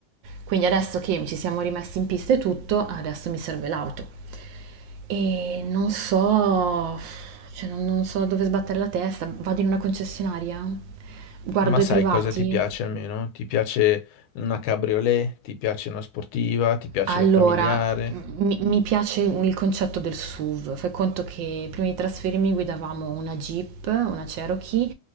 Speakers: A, on the right (about 75°); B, on the left (about 85°).
A: quindi adesso che ci siamo rimessi in pista e tutto, adesso mi serve l'auto. E non so, cioè non, non so dove sbattere la testa, vado in una concessionaria, guardo
B: Ma sai
A: i privati,
B: cosa ti piace almeno? Ti piace una cabriolet, ti piace una sportiva, ti piace
A: Allora,
B: la familiare,
A: mi, mi piace il concetto del SUV. Fai conto che prima di trasferirmi guidavamo una Jeep, una Cherokee,